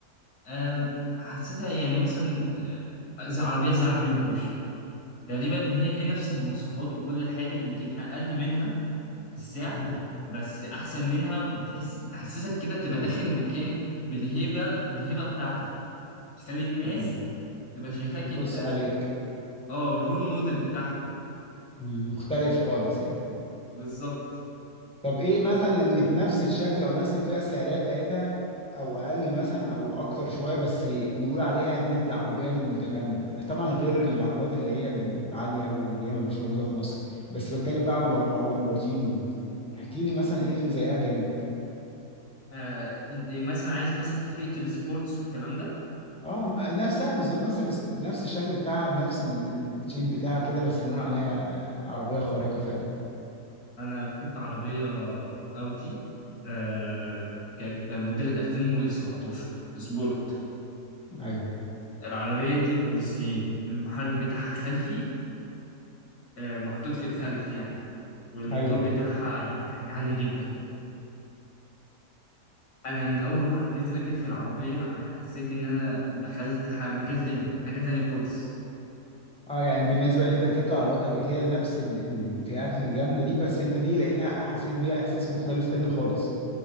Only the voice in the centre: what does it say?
مم.
مم.
تبص
عليك
مم. مختلف خالص يعني
طب ايه مثلا اللي بنفس الشكل او نفس الفئه السعريه بتاعتها او اقل مثلا او اكتر شويه بس نقول عليها دي العربيه المتكامله طبعا غير العربيات اللي هي العاليه قوي دي اللي هي مش موجوده في مصر بس بتكلم بقى على على اللامبرجيني دي احكي لي مثلا ايه اللي زيها جامد
اه ما- نفسها بالظبط نفس الاس- نفس الشكل بتاعها بنفس ال- الشيب بتاعها كده بس نقول عليها عربيه خارقه فعلا
ايوه
ايوه
اه يعني بالنسبه لان انت ركبت عربيات قبل كده نفس ال- الفئات الجامده دي بس انت دي لقيتها حسيت بيها احساس مختلف تاني خالص